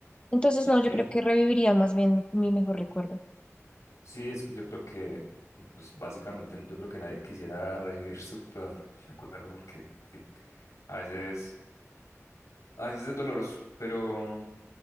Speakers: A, on the left (about 20°); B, on the left (about 75°).
A: Entonces,
B: sí,
A: no, yo creo que reviviría más bien mi mejor recuerdo.
B: Sí, es que yo creo que, pues básicamente, yo creo que nadie quisiera revivir <laughs> su peor recuerdo porque, sí, a veces, a veces es doloroso, pero,